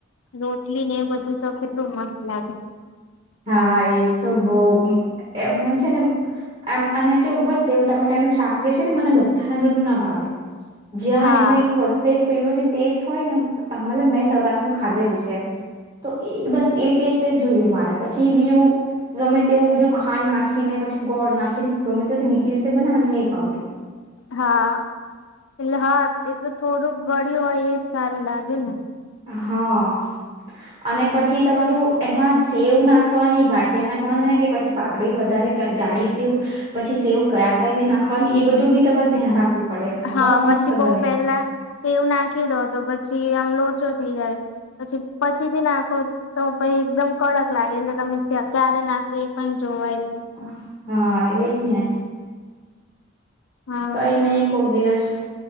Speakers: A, on the left; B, on the right.
A: રોટલી ને એ બધું તો કેટલું મસ્ત <unintelligible> લાગે.
B: હા એ તો બહુ અ મને છે ને એમ અને કેવું ખબર સેવ ટામેટાનું શાાન જે છે ને મને બધા ના ઘરનું ના ભાવે. જ્યાં
A: હા
B: એનું એક પરફેક્ટ પેલુ જે ટેસ્ટ હોય ને. મતલબ મેં સૌરાષ્ટ્ર નું ખાધેલું છે એમ તો એ બસ એ ટેસ્ટ જ જોઈએ મારે. પછી બીજું ગમે તેવું બીજું. ખાંડ નાખીને પછી ગોળ નાખીને ગમે તે બીજી રીતે બનાવાને નહી પાવતું.
A: હા એટલે હા એ તો થોડુંક ગળ્યું હોય એજ સારું લાગે ને.
B: હા અને પછી તમારું એમાં સેવ નાખવાની ગાંઠિયા નાખવાના કે પછી પાતળી વધારે જાડી સેવ પછી સેવ કયા ટાઈમે નાખવાની એ બધું બી તમારે ધ્યાન રાખવું. પડે એમ
A: હા
B: તો મસ્ત
A: પછી બઉ
B: બને
A: પેલા સેવ નાખી દો તો પછી. લોચો થઈ જાય પછી પછી થી નાખો તો પ એકદમ કડક. લાગી તમે ચકારે ના એ પણ જોવાય. છે.
B: <unintelligible> હા એજ ને.
A: હા
B: કઈ નહી કોક દિવસ.